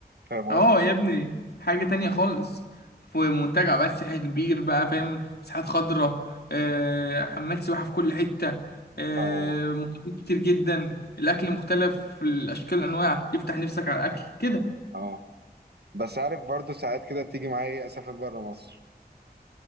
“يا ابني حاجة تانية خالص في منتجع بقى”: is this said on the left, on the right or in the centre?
Left